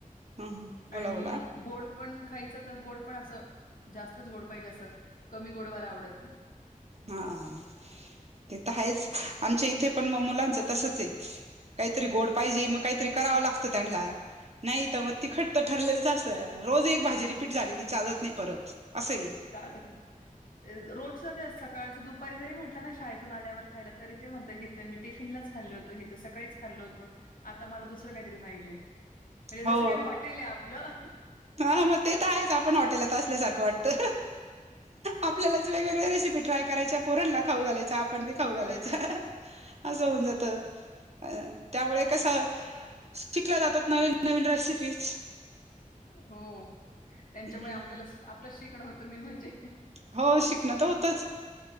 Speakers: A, on the right (about 50°); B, on the left (about 75°).
A: ह बोला
B: आणि,
A: बोला
B: गोड पण खायचं तर गोड पण असं... जास्तच गोड पाहिजे असं... कमी गोडवालं आवडत नाई.
A: हा... ते तर हायेच... आमच्या इथे पण... मग... मुलांचं तसंच ए. काहीतरी गोड पाहिजे... मग
B: हां
A: काहीतरी
B: ना.
A: करावं लागतं त्यांना नाई तर मग तिखट तर, ठरलेलंच
B: हो
A: असं... रोज एक भाजी रिपीट झालेली चालत नाई परत... असंए
B: चालत नई रोजचं तेच... सकाळचं दुपारी जरी म्हटलं ना, शाळेतून आल्यावर खायला... तरी ते म्हणतं की ते मी टिफिनलाच खाल्लं होतो, हे तर सकाळीच खाल्लो होतो. आता मला दुसरं काहीतरी पाहिजे. म्हणजे...
A: हो
B: जसं काय हॉटेल ए आपलं
A: हा... मग ते तर आहेच. आपण हॉटेलात असल्यासारखं वाटतं. आपल्यालाच वेगवेगळ्या रेसिपी ट्राय करायच्या... पोरानला खाऊ घालायच्या, आपण बी खाऊ
B: हो
A: घालायच्या...
B: ना.
A: असं होऊन जातं. अं... त्यामुळे कसं... शिकल्या जातात, नवीन नवीन रेसिपीज
B: हो... त्यांच्यामुळे
A: हम्म
B: आपल्यालाच, आपलंच शिकणं होतं, मेन म्हणजे
A: हो, शिकणं तर होतंच...